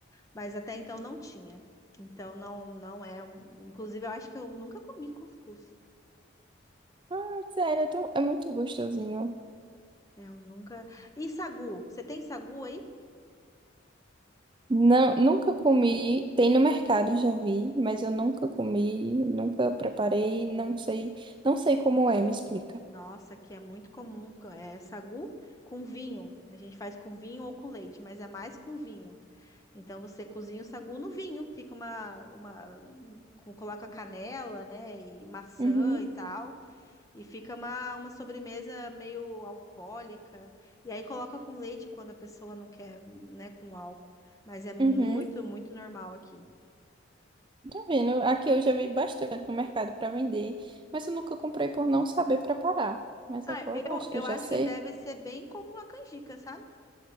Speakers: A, on the left (about 15°); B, on the right (about 25°).
A: Mas até então não tinha. Então não, não é. um- Inclusive, eu acho que eu nunca comi cuscuz.
B: Ah, sério, é, tão- é muito gostosinho.
A: É, Eu nunca. E sagu? Você tem sagu aí?
B: Não, nunca comi, tem no mercado, já vi, mas eu nunca comi, nunca preparei, não sei, não sei como é, me explica.
A: Nossa, que é muito comum. É sagu com vinho. A gente faz com vinho ou com leite, mas é mais com vinho. Então você cozinha o sagu no vinho, fica uma, uma, com- coloca canela, né, e maçã
B: Uhum,
A: e tal, e fica uma, uma sobremesa meio alcoólica. E aí coloca com leite quando a pessoa não quer, né, com álcool. Mas é muito,
B: uhum.
A: muito normal aqui.
B: Tá vendo? Aqui eu já vi bastante no mercado para vender, mas eu nunca comprei por não saber preparar. Mas
A: Ah,
B: agora
A: eu,
B: eu acho
A: eu
B: que eu já
A: acho
B: sei.
A: que deve ser bem como a canjica, sabe?